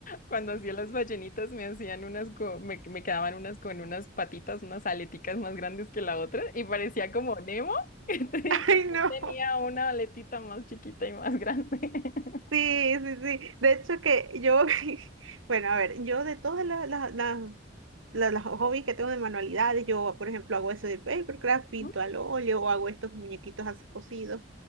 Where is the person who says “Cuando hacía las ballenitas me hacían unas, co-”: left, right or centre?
Left